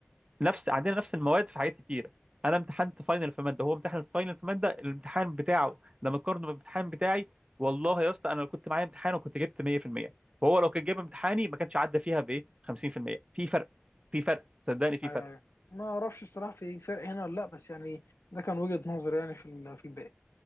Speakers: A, on the right; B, on the left.
A: نفس عندنا نفس المواد في حاجات كتيره انا امتحنت فاينل في ماده هو امتحن فاينل في ماده الامتحان بتاعه لما قارنه بالامتحان بتاعي والله يا اسطى انا لو كنت معايا امتحان وكنت جبت 100% وهو لو كان جايب امتحاني ما كانش عدى فيها بايه 50% في المية. في فرق في فرق صدقني في
B: آه،
A: فرق
B: ما اعرفش الصراحه في فرق هنا ولا لا بس يعني ده كان وجهه نظري يعني في ال- في الباقي